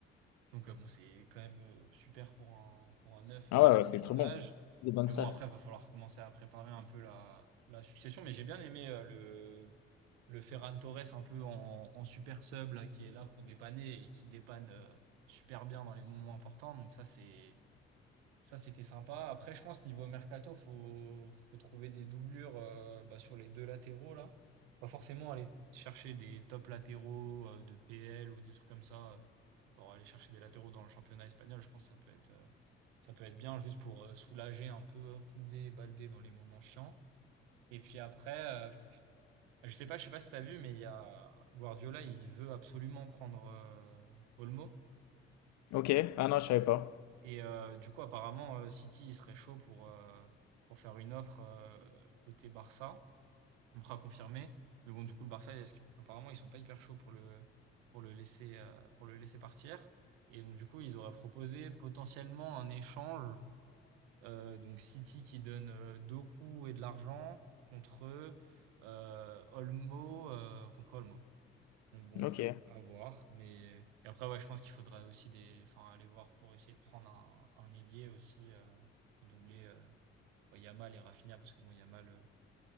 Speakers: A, on the right; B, on the left.
A: Donc euh, bon, c'est quand même euh, super pour un pour un neuf
B: Ah
A: euh, surtout
B: ouais, ouais, c'est
A: de
B: très
A: son
B: bon.
A: âge.
B: Des bonnes
A: Mais
B: stats.
A: bon, après, va falloir commencer à préparer un peu la la succession. Mais j'ai bien aimé euh, le le Ferran Torres un peu en, en super sub là qui est là pour dépanner et qui dépanne euh, super bien dans les moments importants. Donc ça c'est ça c'était sympa. Après, je pense niveau mercato, faut faut trouver des doublures euh, bah, sur les deux latéraux là. Pas forcément aller chercher des top latéraux euh, de PL ou des trucs comme ça euh, pour aller chercher des latéraux dans le championnat espagnol, je pense que ça peut être, euh, ça peut être bien juste pour euh, soulager un peu euh, Koundé et Baldé dans les moments chiants. Et puis après, euh, je sais pas, je sais pas si t'as vu, mais il y a Guardiola, il veut absolument prendre euh, Olmo.
B: Ok, ah non, je savais pas.
A: Et euh, du coup, apparemment, euh, City, il serait chaud pour euh, pour faire une offre euh, côté Barça. On pourra confirmer. Mais bon, du coup, le Barça, est-ce qu'- apparemment, ils sont pas hyper chauds pour le pour le laisser euh, pour le laisser partir. Et donc, du coup, ils auraient proposé potentiellement un échange Euh, donc City qui donne euh, Doku et de l'argent contre euh, Olmo, euh, contre Olmo. Donc bon,
B: Ok,
A: euh, à voir. Mais et après, ouais, je pense qu'il faudrait aussi des, enfin, aller voir pour essayer de prendre un, un ailier aussi, euh, pour doubler euh, ouais, Yamal et Rafinha, parce que bon, Yamal, euh,